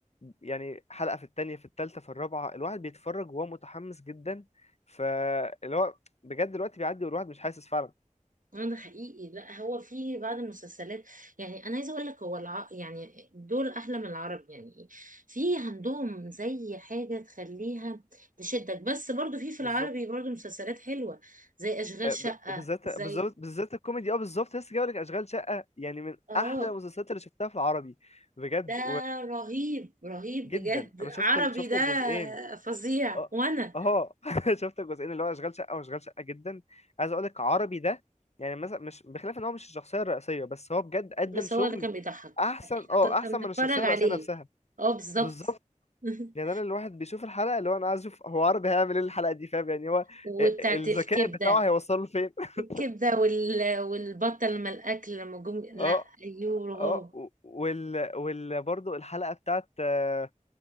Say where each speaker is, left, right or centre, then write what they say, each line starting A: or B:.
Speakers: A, on the left; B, on the right.
A: يعني حلقة في التانية في التالتة في الرابعة الواحد بيتفرج وهو متحمس جدا فاللي هو بجد الوقت بيعدي والواحد مش حاسس فعلا
B: اه ده حقيقي لا هو في بعض المسلسلات يعني انا عايزه اقول لك هو الع... يعني دول احلى من العرب يعني في عندهم زي حاجه تخليها تشدك بس برضو في في
A: بالظبط
B: العربي برضو مسلسلات حلوه زي اشغال
A: آه،
B: شقه
A: ب- وبالذات
B: زي
A: بالظبط بالذات الكوميدي اه بالظبط لسه جايب لك اشغال شقه يعني من
B: اه
A: احلى المسلسلات اللي شفتها في العربي بجد
B: ده رهيب رهيب
A: وجدا
B: بجد
A: انا شفت
B: عربي
A: ال- شفت
B: ده
A: الجزئين
B: فظيع
A: اه
B: وانا
A: اه <laughs> شفت الجزئين اللي هو اشغال شقه واشغال شقه جدا عايز اقول لك عربي ده يعني مثلا مش بخلاف ان هو مش الشخصيه الرئيسيه بس هو بجد قدم
B: بس
A: شغل
B: هو اللي كان بيضحك
A: احسن
B: احنا
A: اه
B: كنا
A: احسن
B: بنتفرج
A: من الشخصيه الرئيسيه
B: عليه
A: نفسها
B: اه بالظبط
A: بالظبط
B: <laughs>
A: يعني انا الواحد بيشوف الحلقه اللي هو انا عايز اشوف هو عربي هيعمل ايه الحلقه دي فاهم يعني هو
B: وبتاعت
A: ال- الذكاء
B: الكبدة
A: بتاعه هيوصله لفين <laughs>
B: الكبدة وال... والبطة لما الأكل لما جم لا
A: اه
B: أيوه هو
A: اه و- وال وال برضه الحلقه بتاعت آه،